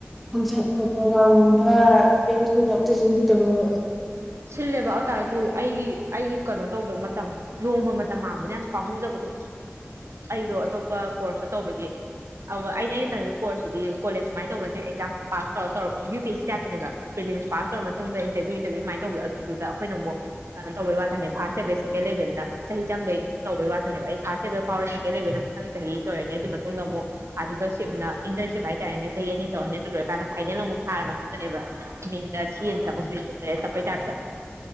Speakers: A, in the centre; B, on the right.
A: ꯐꯪꯁꯟ ꯄ꯭ꯔꯣꯒꯥ꯭ꯔꯝꯒꯨꯝꯕ ꯏꯚꯦꯟꯁꯀꯨꯝꯕ ꯑꯝꯇꯁꯤꯡꯗꯤ ꯇꯧꯅꯕ
B: ꯁꯤꯜꯂꯦꯕ ꯑꯇꯥꯔꯁꯨ ꯑꯩꯒꯤ ꯑꯩꯒꯤ ꯀꯩꯅꯣ ꯇꯧꯗꯕ ꯃꯇꯝ ꯅꯣꯡꯃ ꯃꯇꯝ ꯃꯥꯡꯥꯟꯕꯗ ꯌꯥꯝ ꯄꯥꯝꯃꯨꯖꯕꯗꯣ ꯑꯩꯗꯣ ꯑꯇꯣꯞꯄ ꯀꯣꯔꯁꯇ ꯇꯧꯕꯒꯤ ꯑꯗꯨꯒ ꯑꯩꯅ ꯑꯩꯅ ꯇꯝꯃꯤꯕ ꯀꯣꯔꯁꯁꯤꯗꯤꯣꯂꯦꯖ ꯁꯨꯃꯥꯏ ꯇꯧꯕ ꯅꯦ ꯑꯦꯛꯥꯝꯥꯁ ꯇꯧꯔ ꯇꯧꯔꯒ U P S C ꯇꯥꯏꯞꯇꯅꯦꯕ pass pass ꯇꯧ ꯃꯇꯨꯡ ꯏꯟꯔꯚꯤꯌꯨ ꯏꯟꯇꯚꯤꯌꯨꯃꯥꯏ ꯇꯧꯕꯗ ꯑꯗꯨꯗꯈꯣꯏꯅ ꯑꯃꯨꯛ ꯀꯩꯅꯣ ꯇꯧꯕꯩ ꯋꯥꯇꯅꯦ ꯐꯔ ꯂꯦꯚꯦꯜ ꯁꯦꯀꯦꯟ ꯂꯦꯚꯦꯜꯅ ꯆꯍꯤ ꯆꯥꯝꯈꯩ ꯇꯧꯕꯩ ꯋꯥꯇꯅꯦꯕ ꯑꯩ ꯐꯥꯔꯁ ꯂꯦꯚꯦꯜ ꯐꯥꯎꯔꯦ ꯁꯦꯀꯦꯟ ꯂꯦꯜ ꯃꯊꯪ ꯆꯍꯤ ꯇ ꯑꯣꯏꯔꯅꯦ ꯑꯗꯨ ꯃꯇꯨꯡꯗ ꯑꯃꯨꯛ ꯑꯥꯔꯇꯤꯀꯜꯁꯤꯞꯅ ꯏꯟꯇꯔꯟꯁꯤꯞ ꯍꯥꯏꯇꯥꯔꯦꯅꯦ ꯆꯍꯤ ꯑꯅꯤ ꯇꯧꯔꯅꯦ ꯑꯗꯨ ꯂꯣꯏꯔꯀꯥꯟꯗ ꯐꯥꯏꯅꯦꯜ ꯑꯃꯨꯛ ꯐꯥꯔ ꯃꯇꯨꯡꯗꯅꯦꯕ ꯃꯤꯡꯗ ꯁꯤ ꯑꯦꯝ ꯇꯞꯄ꯭ꯀ꯭ꯇ꯭ꯔꯤ <unintelligible> ꯗ